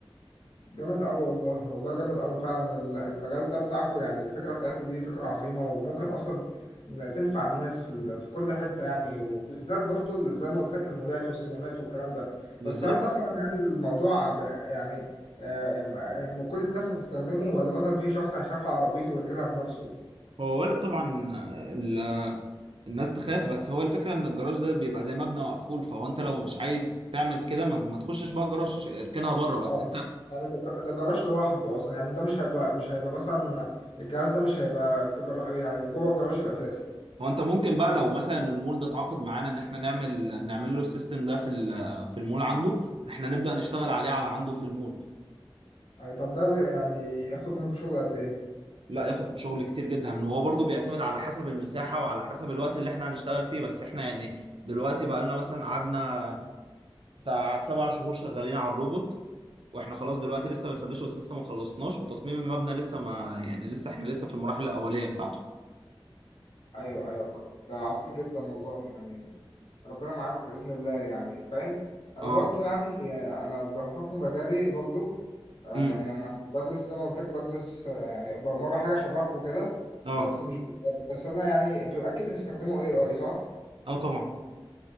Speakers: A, on the left; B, on the right.
A: جامد أوي والله والله جامد أوي فعلا ال- المجال ده بتاعكو يعني الفكرة بتاعتكو دي فكرة عظيمة وممكن أصلا إن تنفع الناس في ال- في كل حتة يعني وبالذات برضه اللي زي ما قلت لك المولات والسينمات والكلام ده
B: بالظبط
A: بس هل مثلا يعني الموضوع ب- يعني آه، يعني كل الناس هتستخدمه ولا مثلا في شخص هيخاف على عربيته ويركنها بنفسه
B: هو وارد طبعا ال- الناس تخاف بس هو الفكرة ان الجراج ده بيبقى زي مبنى مقفول فهو انت لو مش عايز تعمل كده ما, ما تخشش بقى الجراج ش- اركنها بره بس
A: اه
B: انت
A: يعني ده ج- ده جراج لوحده اصلا يعني ده مش هيبقى مش هيبقى مثلا الجهاز ده مش هيبقى في جر... يعني في جوه الجراج الاساسي
B: هو انت ممكن بقى لو مثلا المول ده اتعاقد معانا ان احنا نعمل نعمل له السيستم ده في ال- في المول عنده احنا نبدأ نشتغل عليه على عنده في المول
A: يعني طب ده يعني ياخد منكم شغل قد ايه
B: لا ياخد شغل كتير جدا ان هو برضو بيعتمد على حسب المساحة وعلى حسب الوقت اللي احنا هنشتغل فيه بس احنا يعني دلوقتي بقى لنا مثلا قعدنا بتاع سبع شهور شغالين على الروبوت واحنا خلاص دلوقتي لسه بنفنشه بس لسه ما خلصناش وتصميم المبنى لسه ما يعني لسه احنا لسه في المراحل الاوليه بتاعته
A: ايوه ايوه فاهم. ده عظيم جدا والله يعني ربنا معاكم باذن الله يعني فاهم انا
B: اه
A: برضو يعني انا بحكم مجالي برضو آه،
B: امم
A: يعني انا بدرس زي ما قلت لك بدرس آه، يعني برمجه حاجه شبهكم كده
B: اه
A: بس مش بس انا يعني انتوا اكيد بتستخدموا اي اي صح
B: اه طبعا